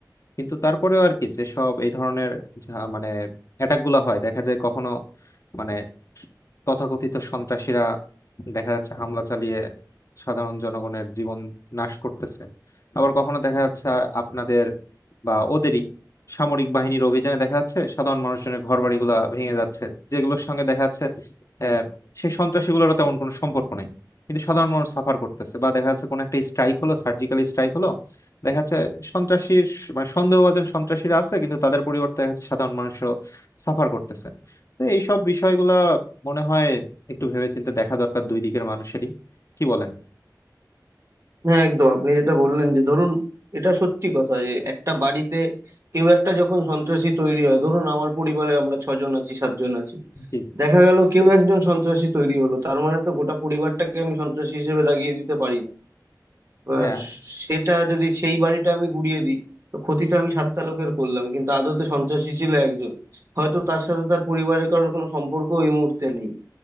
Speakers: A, on the left; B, on the right.
A: কিন্তু তারপরেও আর কি যেসব এই ধরনের যা- মানে অ্যাটাক গুলো হয় দেখা যায় কখনো মানে তথাকথিত সন্ত্রাসীরা দেখা যাচ্ছে হামলা চালিয়ে সাধারণ জনগণের জীবন নাশ করতেছে আবার কখনো দেখা যাচ্ছে আপনাদের বা ওদেরই সামরিক বাহিনীর অভিযানে দেখা যাচ্ছে সাধারণ মানুষজনের ঘর বাড়িগুলা ভেঙে যাচ্ছে যেগুলোর সঙ্গে দেখা যাচ্ছে আহ সেই সন্ত্রাসীগুলোর তেমন কোনো সম্পর্ক নেই কিন্তু সাধারণ মানুষ সাফার করতেছে বা দেখা যাচ্ছে কোনো একটা স্ট্রাইক হলো সার্জিক্যাল স্ট্রাইক হলো দেখা যাচ্ছে সন্ত্রাসীর স- মানে সন্দেহভাজন সন্ত্রাসীরা আছে কিন্তু তাদের পরিবর্তে দেখা যাচ্ছে সাধারণ মানুষও সাফার করতেছে তো এইসব বিষয়গুলা মনে হয় একটু ভেবেচিন্তে দেখা দরকার দুই দিকের মানুষেরই কি বলেন
B: হ্যাঁ একদম আপনি যেটা বললেন যে ধরুন এটা সত্যি কথা যে একটা বাড়িতে কেউ একটা যখন সন্ত্রাসী তৈরি হয় ধরুন আমার পরিবারে আমরা ছজন আছি সাতজন আছি
A: জি
B: দেখা গেল কেউ একজন সন্ত্রাসী তৈরি হলো তার মানে তো গোটা পরিবারটাকে আমি সন্ত্রাসী হিসেবে দাগিয়ে দিতে পারি না এবার
A: হ্যাঁ
B: সেটা যদি সেই বাড়িটা আমি গুড়িয়ে দিই তো ক্ষতিটা আমি সাতটা লোকের করলাম কিন্তু আদতে সন্ত্রাসী ছিল একজন হয়তো তার সাথে তার পরিবারের কারোর কোনো সম্পর্ক এই মুহূর্তে নেই